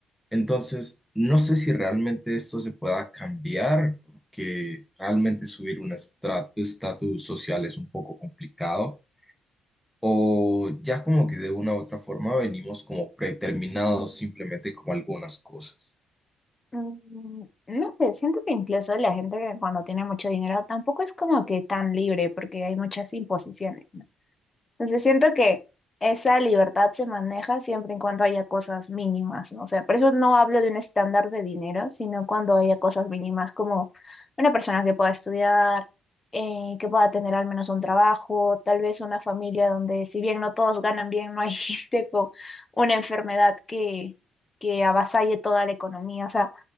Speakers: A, in the centre; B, on the left.
A: Entonces, no sé si realmente esto se pueda cambiar, porque realmente subir un estra- estatus social es un poco complicado, o ya como que de una u otra forma venimos como predeterminados simplemente como algunas cosas.
B: Mm, No sé, siento que incluso la gente que cuando tiene mucho dinero tampoco es como que tan libre porque hay muchas imposiciones. Entonces siento que esa libertad se maneja siempre en cuanto haya cosas mínimas, ¿no? O sea, por eso no hablo de un estándar de dinero, sino cuando haya cosas mínimas como una persona que pueda estudiar, eh, que pueda tener al menos un trabajo, tal vez una familia donde si bien no todos ganan bien, no hay <laughs> gente con una enfermedad que, que avasalle toda la economía. O sea,